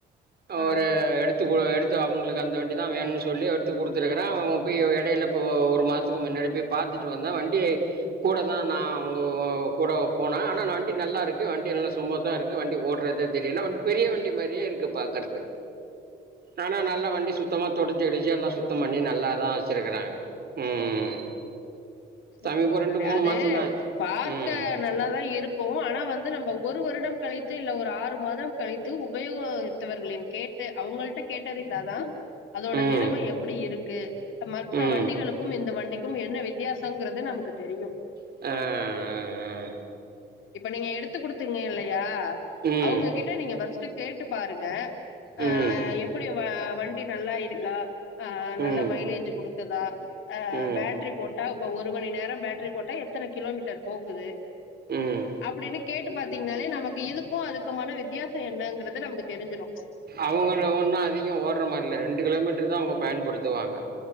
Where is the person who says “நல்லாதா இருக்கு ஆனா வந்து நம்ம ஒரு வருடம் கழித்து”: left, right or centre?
Left